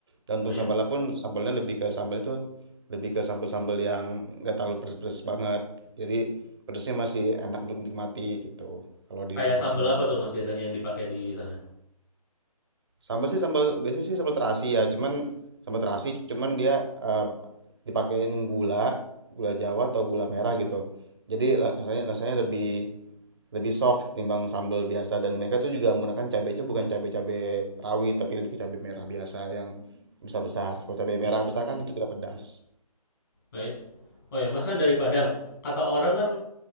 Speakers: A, on the right; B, on the left.
A: Dan untuk
B: oh ya
A: sambalnya pun, sambalnya lebih ke sambal itu, lebih ke sambal-sambal yang nggak terlalu pedes-pedes banget. Jadi pedesnya masih enak untuk dinikmati gitu, kalau di
B: kayak
A: Bogor
B: sambal
A: sini.
B: apa tuh mas biasanya yang dipakai di sana
A: Sambal sih sambal biasanya sih sambal terasi ya, cuman sambal terasi cuman dia eh, dipakein gula, gula Jawa atau gula merah gitu. Jadi la- rasanya rasanya lebih lebih soft ketimbang sambal biasa dan mereka tuh juga menggunakan cabai itu bukan cabai-cabai rawit tapi lebih ke cabai merah biasa yang besar-besar. Kalau cabai merah
B: hmm.
A: besar kan itu tidak pedas.
B: Right? Oh ya, Mas kan dari Padang. Kata orang kan